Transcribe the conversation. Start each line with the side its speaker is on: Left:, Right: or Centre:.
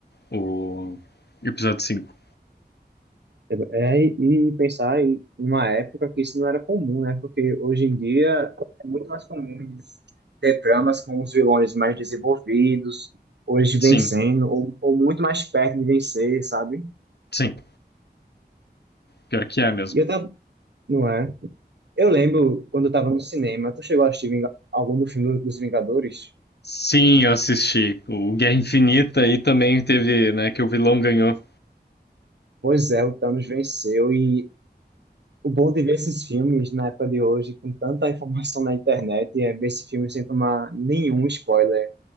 Left: O episódio 5.
Right: É, é, e pensar em uma época que isso não era comum, né? Porque hoje em dia é muito mais comum ter tramas com os vilões mais desenvolvidos, hoje vencendo,
Left: Sim,
Right: ou, ou muito mais perto de vencer, sabe?
Left: sim. Pior que é mesmo.
Right: E eu tava, não é? Eu lembro quando eu tava no cinema, tu chegou a assistir Vinga- algum do filme dos Vingadores?
Left: Sim, eu assisti. O Guerra Infinita aí também teve, né, que o vilão ganhou.
Right: Pois é, o Thanos venceu e o bom de ver esses filmes na época de hoje, com tanta informação na internet, é ver esse filme sem tomar nenhum spoiler.